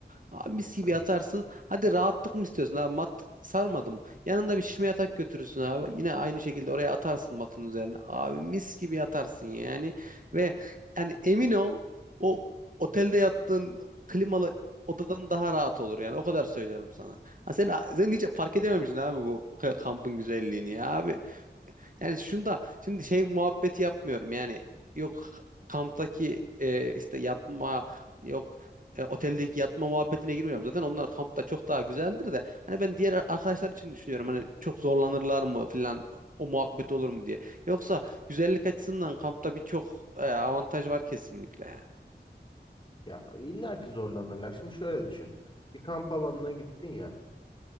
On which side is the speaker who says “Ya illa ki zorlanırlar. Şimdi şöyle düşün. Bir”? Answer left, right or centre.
Left